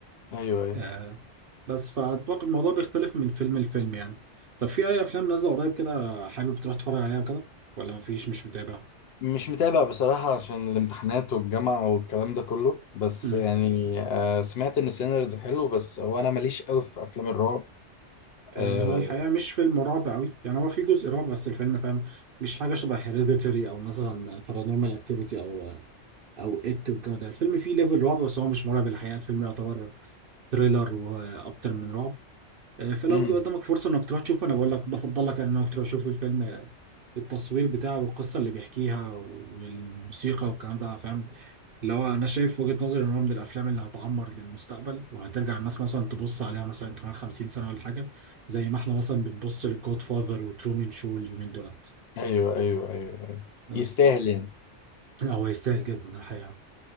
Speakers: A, on the left; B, on the right.
A: ايوه ايوه
B: آه بس فأتوقع الموضوع بيختلف من فيلم لفيلم يعني طب في أي أفلام نازلة قريب كده حابب تروح تتفرج عليها وكده ولا مفيش مش متابع؟
A: مش متابع بصراحة عشان الامتحانات والجامعة والكلام ده كله بس
B: مم.
A: يعني آه سمعت ان سينرز حلو بس هو انا ماليش قوي في افلام الرعب
B: آه
A: آه
B: هو الحقيقة مش فيلم رعب أوي يعني هو في جزء رعب بس الفيلم فاهم مش حاجة شبه هيريديتري أو مثلا بارانورمال أكتيفيتي أو او ات والجو ده الفيلم فيه ليفل رعب بس هو مش مرعب الحقيقه الفيلم يعتبر ثريلر واكتر من رعب آه، فلو
A: امم
B: جه قدامك فرصه انك تروح تشوفه انا بقول لك بفضل لك يعني انك تروح تشوف الفيلم آه، التصوير بتاعه والقصه اللي بيحكيها والموسيقى والكلام ده فاهم اللي هو انا شايف وجهه نظري ان هو من الافلام اللي هتعمر للمستقبل وهترجع الناس مثلا تبص عليها مثلا كمان 50 سنه ولا حاجه زي ما احنا مثلا بنبص للجود فاذر وترومن شو اليومين دولت
A: ايوه ايوه ايوه ايوه
B: بس
A: يستاهل يعني
B: هو يستاهل جدا الحقيقه